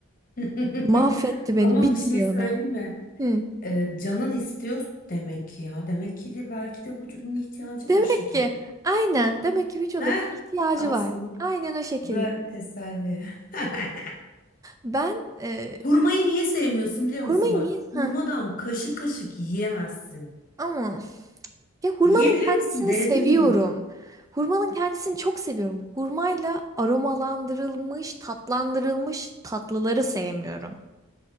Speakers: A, on the left; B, on the right.
A: <laughs>
B: Mahvetti beni
A: Ama
B: bitmiyor
A: bir şey söyleyeyim
B: da.
A: mi?
B: Hı.
A: Ee, canın istiyor demek ki ya. Demek ki de belki de vücudun ihtiyacı
B: Demek
A: var şeker.
B: ki aynen demek ki vücudumun
A: Heh,
B: ihtiyacı
A: Al
B: var.
A: sana.
B: Aynen o şekilde.
A: güzel bir teselli. <laughs>
B: Ben e,
A: Hurmayı niye sevmiyorsun biliyor
B: hurmayı
A: musun bak?
B: niye ha
A: Hurmadan kaşık kaşık yiyemezsin.
B: ama ya hurmanın
A: Yiyebilir
B: kendisini
A: misin? Denedin
B: seviyorum.
A: mi hiç?
B: Hurmanın kendisini çok seviyorum. Hurmayla aromalandırılmış, tatlandırılmış tatlıları sevmiyorum.